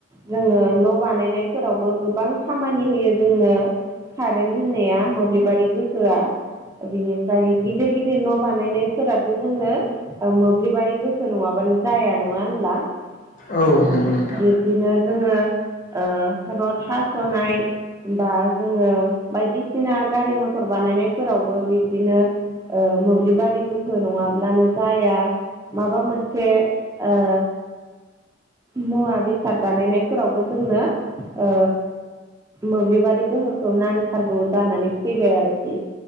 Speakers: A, on the right; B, on the left.
A: जोङो न' बानायनायफोरावबो गोबां खामानि होयो जोंनो कारेन्ट होननाया मोब्लिबारि गोहोआ बिनिफ्राय गिदिर गिदिर न' बानायनायफोराथ' जोंनो ओ मोब्लिबारि गोखो नङाबानो जाया नङा होनब्ला
B: औ
A: ओ
B: नंगौ नोंथां
A: बे दिनो जोङो ओ रद हास'नाय होमबा जोङो बायदिसिना गारि मथर बानायनायफोरावबो बिब्दिनो ओ मोब्लिबारि गोहो नङाब्लानो जाया माबा मोनसे ओ मुवा बेसाद बानायनायफोरावबो जोंनो ओ मोब्लिबारि गोहोखौ नांथारगौ जानानै फैबाय आरोखि।